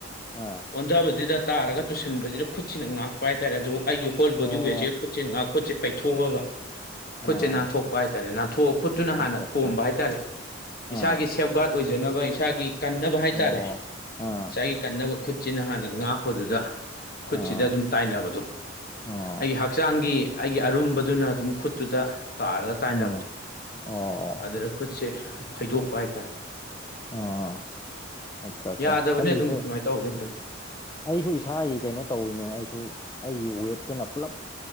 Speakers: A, on the left (about 20°); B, on the left (about 45°).
A: ꯑꯥ
B: ꯑꯣꯟꯊꯕꯁꯤꯗ ꯇꯥꯔꯒ ꯇꯨꯁꯟꯕꯕꯁꯤꯗ ꯈꯨꯠꯁꯤꯅ ꯉꯥꯛꯄ ꯍꯥꯏꯇꯥꯔꯦ ꯑꯗꯨꯕꯨ ꯑꯩꯒꯤ ꯍꯣꯜ
A: ꯑꯣ
B: ꯕꯣꯗꯤꯋꯦꯠꯁꯦ ꯈꯨꯠꯁꯦ ꯉꯥꯛ ꯈꯨꯠꯁꯦ ꯄꯩꯊꯣꯛꯑꯒ
A: ꯑꯥ
B: ꯈꯨꯠꯁꯦ ꯅꯥꯟꯊꯣꯛꯄ ꯍꯥꯏꯇꯥꯔꯦ ꯅꯥꯟꯊꯣꯛꯑ ꯈꯨꯠꯇꯨꯅ
A: ꯑꯠꯆꯥ
B: ꯍꯥꯟꯅ
A: ꯑꯠꯆꯥ
B: ꯊꯣꯝꯕ ꯍꯥꯏꯇꯥꯔꯦ ꯏꯁꯥꯒꯤ
A: ꯑꯥ
B: ꯁꯦꯞ ꯒꯥꯔꯗ ꯑꯣꯏꯖꯅꯕ ꯏꯁꯥꯒꯤ ꯀꯟꯅꯕ ꯍꯥꯏꯇꯥꯔꯦ
A: ꯑꯣ ꯑꯥ
B: ꯒꯤ ꯀꯟꯅꯕ ꯈꯨꯠꯁꯤꯅ ꯍꯥꯟꯅ ꯉꯥꯛꯄꯗꯨꯗ ꯈꯨꯠꯁꯤꯗ
A: ꯑꯥ
B: ꯑꯗꯨꯝ ꯇꯥꯏꯅꯕꯗꯣ
A: ꯑꯣ
B: ꯑꯩꯒꯤ ꯍꯛꯆꯥꯡꯒꯤ ꯑꯩꯒꯤ ꯑꯔꯨꯝꯕꯗꯨꯅ ꯑꯗꯨꯝ ꯈꯨꯠꯇꯨꯗ ꯇꯥꯔꯒ ꯀꯥꯏꯅꯕꯗꯣ
A: ꯎꯝ ꯑꯣ
B: ꯑꯗꯨꯗ ꯈꯨꯠꯁꯦ ꯐꯩꯗꯣꯛꯄ ꯍꯥꯏꯇꯥꯔꯦ
A: ꯑꯥ ꯑꯠꯆꯥ ꯑꯠꯆꯥ
B: ꯌꯥꯗꯕꯅꯤ
A: ꯑꯩꯒꯤꯁꯨ
B: ꯑꯗꯨꯝ ꯁꯨꯃꯥꯏꯅ ꯇꯧꯍꯁꯦ ꯈꯤꯇꯪ
A: ꯑꯩꯁꯨ ꯏꯁꯥꯒꯤ ꯀꯩꯅꯣ ꯇꯧꯋꯤꯅꯦ ꯑꯩꯁꯨ ꯑꯩꯒꯤ ꯋꯦꯠꯇꯨꯅ ꯄꯨꯂꯞ